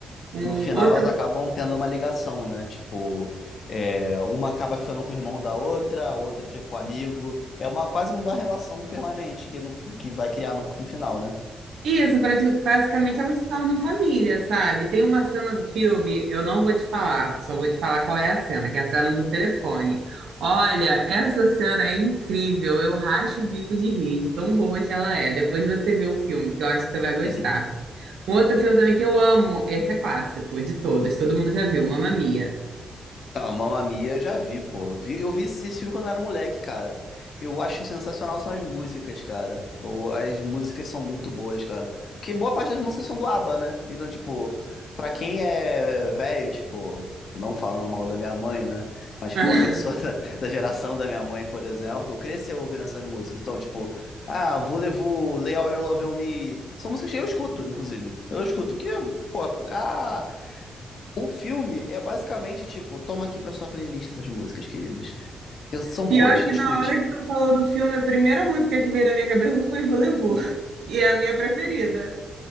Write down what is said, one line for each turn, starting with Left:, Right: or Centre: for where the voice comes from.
Right: Um
Left: No final
Right: outro.
Left: elas acabam tendo uma ligação, né? Tipo, é, uma acaba ficando com o irmão da outra, a outra fica com o amigo. É uma quase uma relação permanente que, no- que vai criar no, no final, né?
Right: Isso, prati- basicamente elas se tornam família, sabe? Tem uma cena do filme, eu não vou te falar, só vou te falar qual é a cena, que é a cena do telefone. Olha, essa cena é incrível, eu racho o bico de rir, de tão boa que ela é. Depois você vê o filme, que eu acho que você vai gostar.
Left: Uhum.
Right: Um outro filme também que eu amo, esse é clássico de todos, todo mundo já viu, Mamma Mia.
Left: Ah, Mamma Mia eu já vi, pô. Eu vi, eu vi esse filme quando eu era moleque, cara. Eu acho sensacional são as músicas, cara. Ou as músicas são muito boas, cara. Porque boa parte das músicas são do ABBA, né? Então, tipo, pra quem é velho, tipo, não falando mal da minha mãe, né? Mas, tipo,
Right: <laughs>
Left: a pessoa <laughs> da, da geração da minha mãe, por exemplo, cresceu ouvindo essas músicas. Então, tipo, ah, Voulez-vous, Lay All Your Love on Me. São músicas que eu escuto, inclusive. Eu escuto. Que, pô, ah, o filme é basicamente tipo, toma aqui pra sua playlist essas músicas, queridos. Que são
Right: Pior
Left: boas,
Right: que
Left: escute.
Right: na hora que tu falou do filme, a primeira música que veio na minha cabeça foi Volevo. <laughs> E é a minha preferida.